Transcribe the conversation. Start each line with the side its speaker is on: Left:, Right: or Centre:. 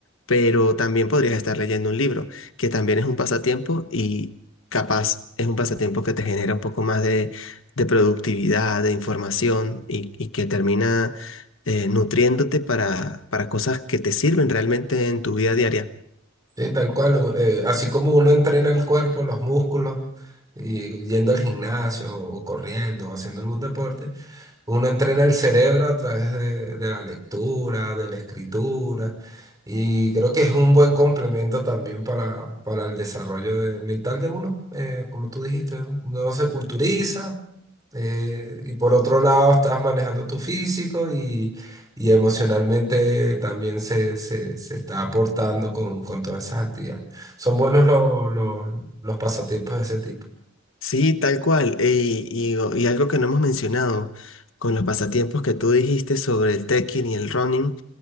Left: pero también podrías estar leyendo un libro, que también es un pasatiempo capaz es un pasatiempo que te genera un poco más de, de productividad, de información y, y que termina eh, nutriéndote para, para cosas que te sirven realmente en tu vida diaria.
Right: Sí, tal cual, u- eh, así como uno entrena el cuerpo, los músculos, y yendo al gimnasio o corriendo o haciendo algún deporte, uno entrena el cerebro a través de, de la lectura, de la escritura, y creo que es un buen complemento también para, para el desarrollo de- mental de uno. eh, como tú dijiste, uno se culturiza, eh, y por otro lado, estás manejando tu físico y, y emocionalmente también se, se, se está aportando con, con todas esas actividades. Son buenos los los- los pasatiempos de ese tipo.
Left: Sí, tal cual. Y, y, o- y algo que no hemos mencionado con los pasatiempos que tú dijiste sobre el trekking y el running,